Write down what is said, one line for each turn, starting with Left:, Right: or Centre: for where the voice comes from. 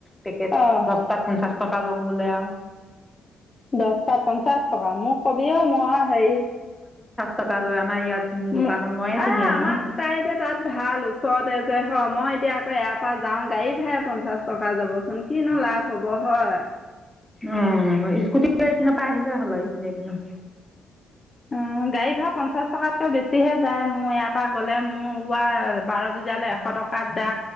Centre: পেকেট
Left: অ
Centre: দচটাত পঞ্চাছ। টকা লওঁ বোলে আউ
Left: দচ তাত পঞ্চাশ টকা। মোক কবিও মই হেৰি
Centre: টকালৈ আমাৰ ইয়াত দোকানত
Left: <unintelligible>
Centre: ময়ে
Left: এ
Centre: কিনি
Left: আমাৰ
Centre: আনো।
Left: তাই এতিয়া তাত ভাল ওচৰতে যে হয়, মই এতিয়া <unintelligible> ইয়াৰ পৰা যাওঁ গাড়ী ভাৰাই পঞ্চাছ টকা যাবচোন কিনো লাভ হব হয়।
Centre: অ' স্কুটি লৈ এইপিনৰ পা আহিলে হ'লহৈ ইপিনে ইপিনে
Left: অ' গাড়ী ভাৰা পঞ্চাছ টকাতকৈ বেছিহে তাই মোৰ ইয়াৰ পৰা গলে, মোৰ ওলোৱা বাৰ বজালে এশ টকাত যা,